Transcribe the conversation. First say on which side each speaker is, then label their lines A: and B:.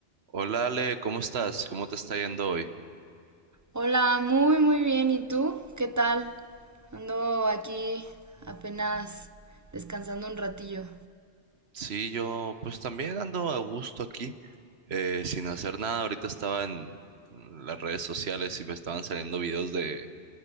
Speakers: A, on the right; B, on the right.
A: Hola Ale, ¿cómo estás? ¿Cómo te está yendo hoy?
B: Hola, muy muy bien. ¿Y tú? ¿Qué tal? Ando aquí apenas descansando un ratillo.
A: Sí, yo pues también ando a gusto aquí, eh, sin hacer nada. Ahorita estaba en las redes sociales y me estaban saliendo videos de,